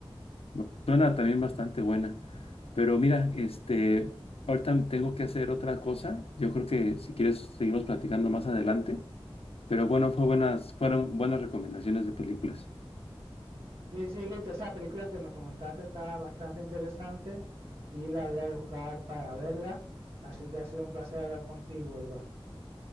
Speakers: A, on the left (about 80°); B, on the right (about 60°).
A: no, suena también bastante buena. Pero mira, este, ahorita tengo que hacer otra cosa. Yo creo que si quieres seguimos platicando más adelante. Pero bueno, fue buenas, fueron buenas recomendaciones de películas.
B: Sí, sí, listo, esa película que me comentaste está bastante interesante y la voy a buscar para verla, así que ha sido un placer hablar contigo, Iván.